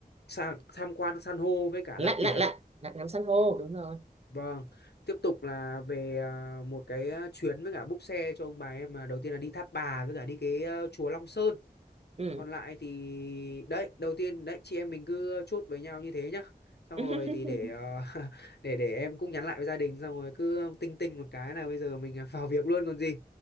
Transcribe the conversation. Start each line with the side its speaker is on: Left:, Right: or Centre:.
Left: sa- tham quan san hô với cả
Right: lạnh
Left: lặn biển.
Right: lạnh lạnh lạnh ngắm san hô đúng rồi
Left: Vâng, tiếp tục là về à, một cái à, chuyến với cả búc xe cho ông bà em là đầu tiên là đi Tháp Bà với cả đi cái à, chùa Long Sơn.
Right: ừ
Left: Còn lại thì đấy, đầu tiên đấy chị em mình cứ chốt với nhau như thế nhá. Xong
Right: <laughs>
Left: rồi thì để à, <laughs> để để em cũng nhắn lại với gia đình xong rồi cứ tinh tinh một cái là bây giờ mình vào việc luôn còn gì.